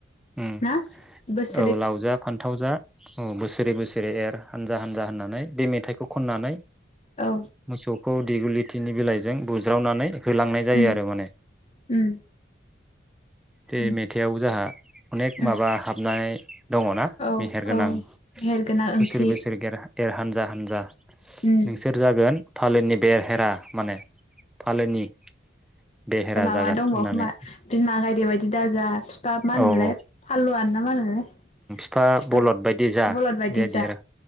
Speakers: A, in the centre; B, on the left.
A: उम
B: ना बोस
A: औ लाव जा फान्थाव जा औ बोसोरे बोसोरे एर हानजा हानजा होननानै बे मेथाइखौ खननानै
B: औ
A: मोसौ खौ दिगुलिथिनि बिलाइजों बुज्रावनानै होलांनाय जायो
B: उम
A: आरो माने
B: उम
A: बे
B: उम
A: मेथाइयाव जोहा अनेक
B: उम
A: माबा हाबनाय दङना
B: औ
A: मेहेर गोनां
B: औ मेहेरगोनां ओंथि
A: बोसोर बोसोर गेर एर हानजा हानजा
B: उम
A: नोंसोर जागोन फालोनि बेरहेरा माने फालोनि बेहेरा
B: माबा
A: जागोन
B: दंबावो
A: होननानै
B: खोमा बिमा गायदे बायदि दा जा फिफा मा होनोमोनलाय
A: औ औ
B: फालुआन ना मा होनोमोनलाय
A: फिफा
B: बिफा
A: बलद बायदि जा
B: बलद बायदि
A: बेबायदि आरो